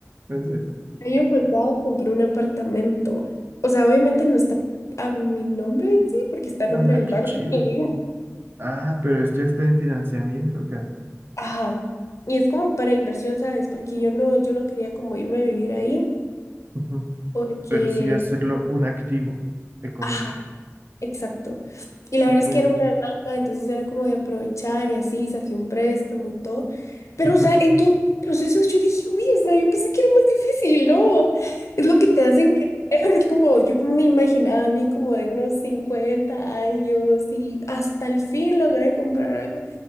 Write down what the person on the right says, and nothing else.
Es de,
no,
ma,
qué
chido.
Ah, pero es, ya está en financiamiento acá.
Ujú.
Pero sí hacerlo un activo económico.
Súper.
Ujú.